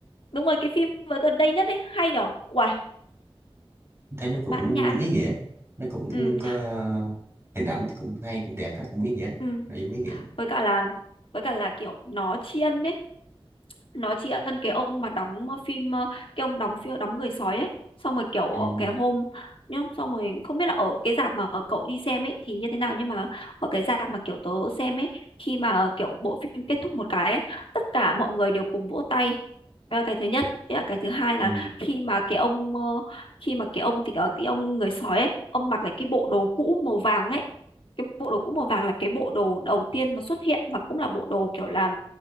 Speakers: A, on the left; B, on the right.
A: đúng rồi cái phim mới gần đây nhất ấy hay nhở uầy
B: thấy nó cũng
A: mãn nhãn
B: ý nghĩa nó cũng
A: ừ
B: có hình ảnh cũng hay cũng đẹp đó cũng ý nghĩa đó
A: ừ
B: nội dung ý nghĩa đó.
A: với cả là với cả là kiểu nó tri ân đấy nó tri ân cái ông mà đóng ờ, phim ờ, cái ông đóng phim đóng người sói ấy xong rồi kiểu
B: Ừ,
A: ờ, cái hôm nhá, xong rồi không biết là ở cái rạp mà cậu đi xem ấy thì như thế nào nhưng mà ở cái rạp mà kiểu tớ xem ấy khi mà kiểu bộ phim kết thúc một cái ấy, tất cả mọi người đều cùng vỗ tay Đấy là cái thứ nhất thế là cái thứ hai
B: ừ,
A: là khi mà cái ông ờ, khi mà cái ông thì cái cái ông người sói ấy ông mặc lại cái bộ đồ cũ màu vàng ấy cái bộ đồ cũ màu vàng là cái bộ đồ đầu tiên mà xuất hiện và cũng là bộ đồ kiểu là